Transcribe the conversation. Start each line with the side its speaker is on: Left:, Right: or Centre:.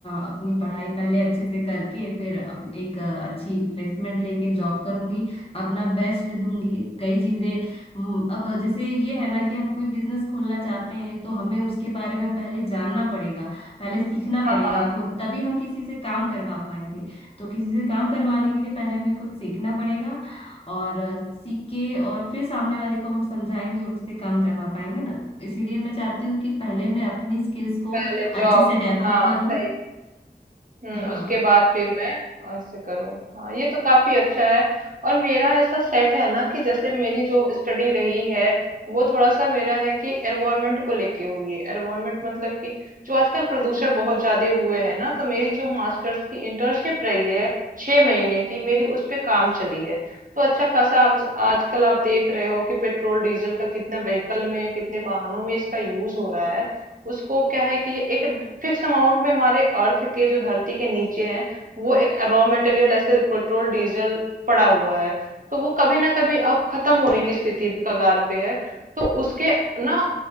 Left: अपनी पढ़ाई पहले अच्छे से करके फिर अप, एक अ, अच्छी प्लेसमेंट लेके जॉब करूँगी अपना बेस्ट दूंगी कई चीज़ें हम्म, अब जैसे ये है ना कि हम कोई बिजनेस खोलना चाहते हैं तो हमें उसके बारे में पहले जानना पड़ेगा पहले सीखना
Right: हाँ
Left: पड़ेगा खुद तभी हम किसी से काम करवा पाएंगे तो किसी से काम करवाने के लिए पहले हमें खुद सीखना पड़ेगा और अ, सीख के और फिर सामने वाले को हम समझाएंगे और उससे काम करवा पाएंगे ना इसीलिए मैं चाहती हूँ कि पहले मैं अपनी स्किल्स को
Right: पहले
Left: अच्छे
Right: जॉब
Left: से डेवलप
Right: हाँ
Left: करूँ
Right: सही हम्म
Left: हाँ
Right: उसके बाद फिर मैं ऐसे करूँ हाँ ये तो काफी अच्छा है और मेरा ऐसा सेट है ना कि जैसे मेरी जो स्टडी रही है वो थोड़ा सा मेरा है कि एनवायरमेंट को लेके हुई है एनवायरमेंट मतलब कि जो आजकल प्रदूषण बहुत ज्यादा हुए है ना तो मेरी जो मास्टर्स की इंटर्नशिप रही है छह महीने की मेरी उस पे काम चली है तो अच्छा खासा आज आजकल आप देख रहे हो कि पेट्रोल डीजल का कितने व्हीकल में कितने वाहनों में इसका यूज हो रहा है उसको क्या है कि एक फिक्स अमाउंट में हमारे अर्थ के जो धरती के नीचे है वो एक रॉ मटेरियल ऐसे पेट्रोल डीजल पड़ा हुआ है तो वो कभी ना कभी अब खत्म होने की स्थिति कगार पे है तो उसके ना